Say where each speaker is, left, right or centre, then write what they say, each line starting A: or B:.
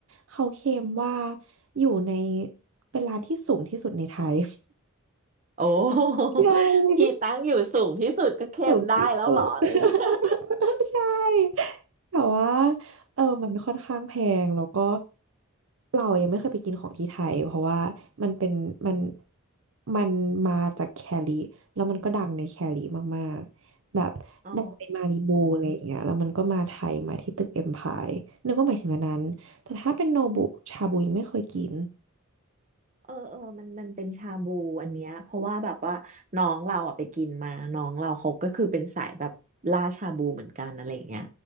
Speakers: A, on the right (about 65°); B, on the right (about 35°).
A: เขาเคลมว่าอยู่ในเป็นร้านที่สูงที่สุดในไทย
B: โอ้ <laughs>
A: <laughs> ใช่
B: ที่ตั้งอยู่สูงที่สุดก็เค็มได้แล้วเหรออะไรอย่างเงี้ย
A: สูงที่สุด <laughs> ใช่แต่ว่าเออมันค่อนข้างแพงแล้วก็เรายังไม่เคยไปกินของที่ไทยเพราะว่ามันเป็นมันมันมาจากแคลิแล้วมันก็ดังในแคลิมากๆแบบดังในมาริบูอะไรอย่างเงี้ยแล้วมันก็มาไทยมาที่ตึกเอ็มพายนึกว่าหมายถึงอันนั้นแต่ถ้าเป็นโนบุชาบูยังไม่เคยกิน
B: อ๋อ เออเออมันมันเป็นชาบูอันเนี้ยเพราะว่าแบบว่าน้องเราอ่ะไปกินมาน้องเราเขาก็คือเป็นสายแบบล่าชาบูเหมือนกันอะไรอย่างเงี้ย